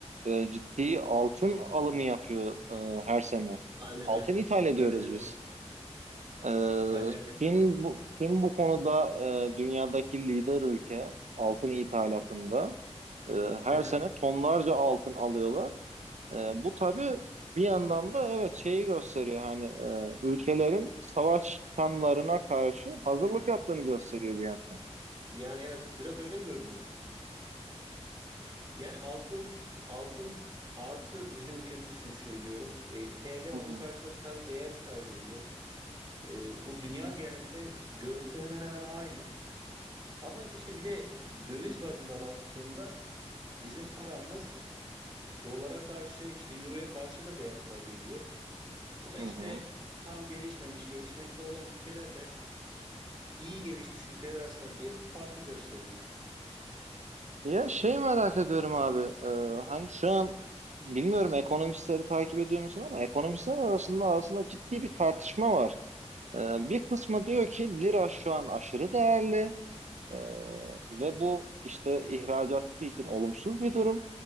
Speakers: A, on the right; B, on the right.
A: e, ciddi altın alımı yapıyor e, her sene.
B: Aynen
A: Altın
B: öyle.
A: ithal ediyoruz
B: Aynen öyle.
A: biz. E,
B: Aynen öyle.
A: Çin bu, Çin bu konuda e, dünyadaki lider ülke altın ithalatında. E, her
B: Hı hı.
A: sene tonlarca altın alıyorlar. E, bu tabii bir yandan da evet şeyi gösteriyor hani e, ülkelerin savaş kanlarına karşı hazırlık yaptığını gösteriyor bir yandan.
B: Yani evet biraz öyle görünüyor. Yani altın altın artıyor bizim ülkemiz için söylüyorum. E, TL
A: Hı
B: onun
A: hı.
B: karşısında tabii değer kaybediyor. E, bu dünya genelinde görüntü hemen hemen aynı. Ama işte bir de döviz bazında baktığında bizim paramız dolara karşı işte euroya karşı da değer kaybediyor. Bu da
A: Hı
B: işte
A: hı.
B: tam gelişmemiş, gelişmekte olan ülkelerle iyi gelişmiş ülkeler arasındaki farkı gösteriyor.
A: Ya şey merak ediyorum abi. e, hani şu an bilmiyorum ekonomistleri takip ediyor musun ama ekonomistler arasında aslında ciddi bir tartışma var. E, bir kısmı diyor ki lira şu an aşırı değerli e, ve bu işte ihracatçı için olumsuz bir durum.